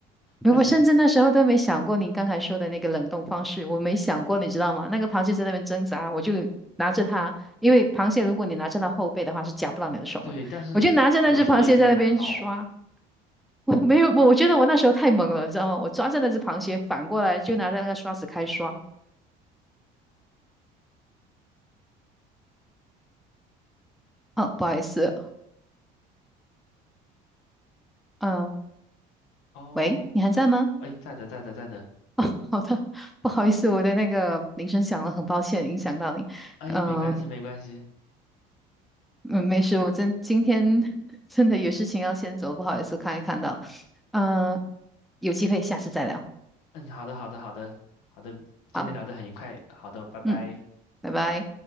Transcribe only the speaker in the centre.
我甚至那时候都没想过你刚才说的那个冷冻方式，我没想过，你知道吗？那个螃蟹在那边挣扎，我就拿着它，因为螃蟹如果你拿着它后背的话是夹不到你的手嘛，
我就拿着那只螃蟹在那边刷，我没有，我我觉得我那时候太猛了，你知道吗？我抓着那只螃蟹反过来就拿着那个刷子开刷。哦，不好意思，嗯，
喂，你还在吗？
<laughs> 好的，不好意思，我的那个铃声响了，很抱歉影响到你。
呃
嗯、没事，我真今天 <laughs> 真的有事情要先走，不好意思，看一看到。呃，有机会下次再聊。
好，
嗯，拜拜。